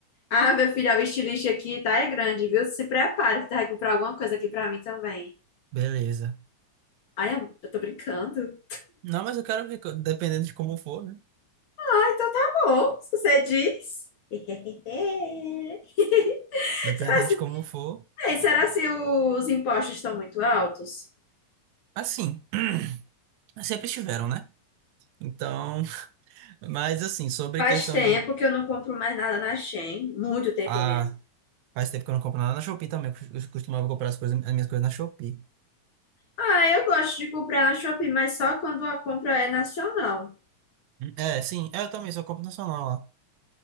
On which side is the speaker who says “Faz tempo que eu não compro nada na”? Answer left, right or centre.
Right